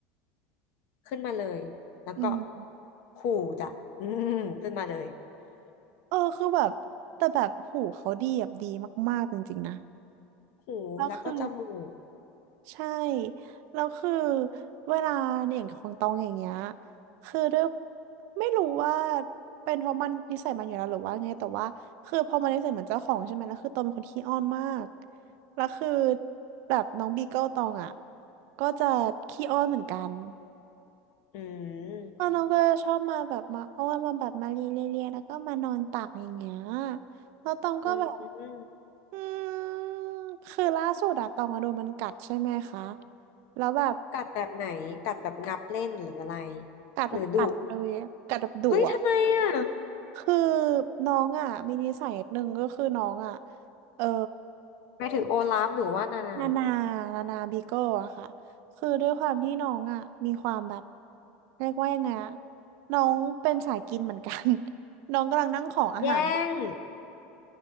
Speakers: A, on the left; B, on the right.
A: ขึ้นมาเลยแล้วก็
B: อืม
A: ขู่จ้ะอืมขึ้นมาเลย
B: เออคือแบบแต่แบบหูเขาดีแบบดีมากๆจริงๆนะ
A: หูแล้วก็จมูก
B: แล้วคือ ใช่ แล้วคือเวลาอย่างของตองอย่างเงี้ยคือด้วยไม่รู้ว่าเป็นเพราะมันนิสัยมันอยู่แล้วหรือว่าไงแต่ว่าคือพอมันนิสัยเหมือนเจ้าของใช่ไหมแล้วคือตองเป็นคนขี้อ้อนมากแล้วคือแบบน้องบีเกิลตองอ่ะ ก็จะขี้อ้อนเหมือนกัน
A: อืม
B: แล้วน้องก็ชอบมาแบบมาอ้อนมาแบบมาเลียเลียเลียแล้วก็มานอนตักอย่างเงี้ยแล้วตองก็แบบ
A: อืม
B: อืมคือล่าสุดอะตองอะโดนมันกัดใช่ไหมคะ แล้วแบบ
A: กัดแบบไหนกัดแบบงับเล่นหรืออะไร
B: กัดแบบกัดเลยอะกัดแบบดุอ่ะ
A: หรือดุเฮ้ยทำไมอ่ะ
B: คือน้องอ่ะมีนิสัยนิดนึงก็คือน้องอ่ะเออ
A: หมายถึงโอลาฟหรือว่านานา
B: นานานานาบีเกิลอะค่ะคือด้วยความที่น้องอ่ะมีความแบบเรียกว่ายังไงอะน้องเป็นสายกินเหมือนกัน <laughs> น้องกำลังนั่งขออาหาร
A: แย่ง